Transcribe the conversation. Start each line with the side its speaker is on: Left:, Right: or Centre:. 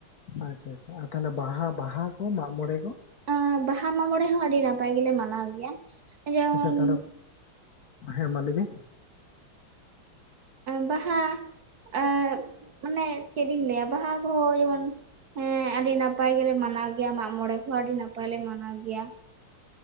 Left: ᱟᱪᱪᱷᱟ, ᱟᱪᱪᱷᱟ ᱟᱨ ᱛᱟᱦᱞᱮ ᱵᱟᱦᱟ, ᱵᱟᱦᱟ ᱠᱚ ᱢᱟᱜᱽ ᱢᱚᱬᱮ ᱠᱚ?
Right: ᱮᱸ ᱵᱟᱦᱟ ᱢᱟᱜ ᱢᱚᱬᱮ ᱦᱚᱸ ᱟᱹᱰᱤ ᱱᱟᱯᱟᱭ ᱜᱮᱞᱮ ᱢᱟᱱᱟᱣ ᱜᱮᱭᱟ ᱡᱮᱢᱚᱱᱼᱼ
Left: ᱟᱪᱪᱷᱟ ᱛᱟᱦᱚᱞᱮ ᱦᱮᱸ ᱢᱟ ᱞᱟᱹᱭ ᱢᱮ᱾
Right: ᱵᱟᱦᱟ ᱟᱨ ᱢᱟᱱᱮ ᱪᱮᱫ ᱤᱧ ᱞᱟᱹᱭᱼᱟ ᱵᱟᱦᱟ ᱠᱚᱦᱚᱸ ᱡᱮᱢᱚᱱᱼᱼ ᱦᱮᱸ, ᱟᱹᱰᱤ ᱱᱟᱯᱟᱭ ᱜᱮᱞᱮ ᱢᱟᱱᱟᱣ ᱜᱮᱭᱟ ᱢᱟᱜ ᱢᱚᱬᱮ ᱠᱚᱦᱚᱸ᱾ ᱟᱹᱰᱤ ᱱᱟᱯᱟᱭᱞᱮ ᱢᱟᱱᱟᱣ ᱜᱮᱭᱟ᱾